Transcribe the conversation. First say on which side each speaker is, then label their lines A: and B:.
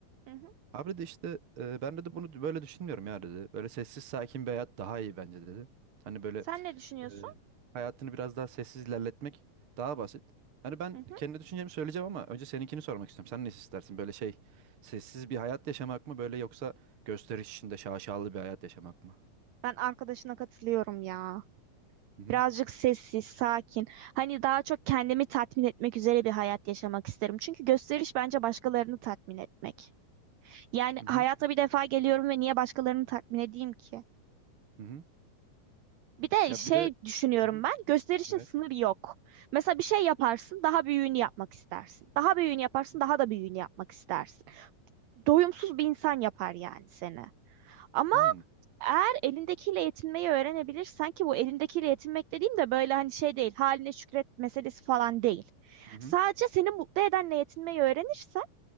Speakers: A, on the right; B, on the right.
A: hı hı.
B: Abi de işte e, ben dedi bunu böyle düşünmüyorum ya dedi. Böyle sessiz sakin bir hayat daha iyi bence dedi. Hani böyle
A: Sen ne düşünüyorsun?
B: e, hayatını biraz daha sessiz ilerletmek daha basit. Hani ben
A: Hı hı.
B: kendi düşüncemi söyleyeceğim ama önce seninkini sormak istiyorum. Sen ne istersin? Böyle şey sessiz bir hayat yaşamak mı böyle yoksa gösteriş içinde şaşalı bir hayat yaşamak mı?
A: Ben arkadaşına katılıyorum ya.
B: Hı hı.
A: Birazcık sessiz, sakin. Hani daha çok kendimi tatmin etmek üzere bir hayat yaşamak isterim. Çünkü gösteriş bence başkalarını tatmin etmek. Yani
B: Hı
A: hayata
B: hı.
A: bir defa geliyorum ve niye başkalarını tatmin edeyim ki?
B: Hı hı.
A: Bir de
B: Ya
A: şey
B: bir de
A: düşünüyorum
B: Hı hı,
A: ben, gösterişin
B: Evet.
A: sınırı yok. Mesela bir şey yaparsın, daha büyüğünü yapmak istersin. Daha büyüğünü yaparsın,
B: Hı hı.
A: daha da büyüğünü yapmak istersin. Doyumsuz bir insan yapar yani seni. Ama
B: Hmm,
A: Eğer elindekiyle yetinmeyi öğrenebilirsen ki bu elindekiyle yetinmek dediğim de böyle hani şey değil, haline şükret meselesi falan değil.
B: hı hı.
A: Sadece seni mutlu edenle yetinmeyi öğrenirsen